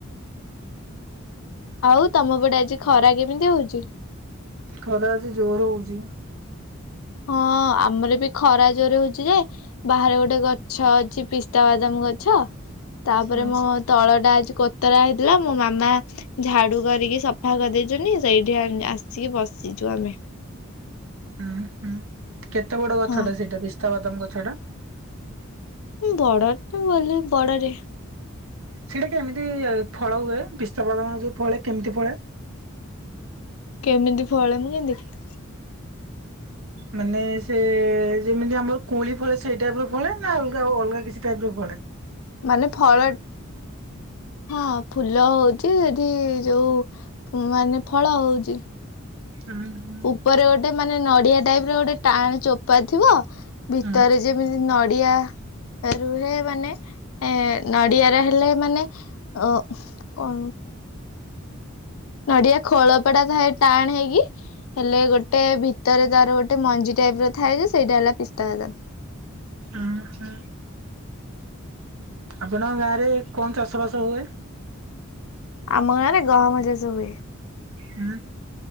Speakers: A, on the left; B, on the right.
A: ଆଉ ତମ ପଟେ ଆଜି ଖରା କେମିତି ହଉଛି?
B: ଖରା ଅଜି ଜୋରେ ହଉଛି।
A: ହଁ ଆମର ବି ଖରା ଜୋରେ ହଉଛି ଯେ ବାହାରେ ଗୋଟେ ଗଛ ଅଛି ପିସ୍ତାବାଦାମ ଗଛ ତାପରେ
B: ହୁଁ
A: ମୋ ତଳ ଟା ଆଜି କୋତରା ହେଇଥିଲା ମୋ ମାମା ଝାଡୁ କରିକି ସଫା କରିଦେଇଛନ୍ତି ସେଇଠି ଆ ଆସିକି ବସିଛୁ ଆମେ।
B: ହୁଁ ହୁଁ କେତେ ବଡ ଗଛ
A: ହଁ
B: ଟା ସେଇଟା ପିସ୍ତାବାଦମ ଗଛ ଟା?
A: ଉଁ ବଡ ଟେ ବୋଲି ବଡ ଟେ।
B: ସେଇଟା କେମିତି ଫଳ ହୁଏ ପିସ୍ତାବାଦାମ ଯୋଉ ଫଳେ କେମିତି ଫଳେ?
A: କେମିତି ଫଳେ ମୁଁ କେମିତିି ଦେଖିଲି।
B: ମାନେ ସେ ଯେମିତି ଆମର କୁଳି ଫଳେ ସେଇ ଟାଇପ୍ ର ଫଳେ ନା ଅଲଗା ଅଲଗା କିଛି ଟାଇପ୍ ର ପଳେ।
A: ମାନେ ଫଳ ହଁ ଫୁଲ ହଉଚି ଏଠି ଯୋଉ ମାନେ ଫଳ ହଉଚି।
B: ଆଁ ହାଁ।
A: ଉପରେ ଗୋଟେ ମାନେ ନଡିଆ ଟାଇପ୍ ର ଗୋଟେ ଟାଣ ଚୋପା ଥିବ ଭିତରେ
B: ହୁଁ
A: ଯେମିତି ନଡିଆ ରୁହେ ମାନେ ଏ ନଡିଆର ହେଲେ ମାନେ ଅ କଣ? ନଡିଆ ଖୋଳପାଟା ଥାଏ ଟାଣ ହେଇକି ହେଲେ ଗୋଟେ ଭିତରେ ଯାର ଗୋଟେ ମଞ୍ଜି ଟାଇପ୍ ର ଥାଏ ଯେ ସେଇଟା ହେଲା ପିସ୍ତା ବାଦାମ୍।
B: ଅଁ ହଁ ଆପଣଙ୍କ ଗାଁରେ କଣ ଚାଷବାସ ହୁଏ?
A: ଆମ ଗାଁରେ ଗହମ ଚାଷ ହୁଏ।
B: ହୁଁ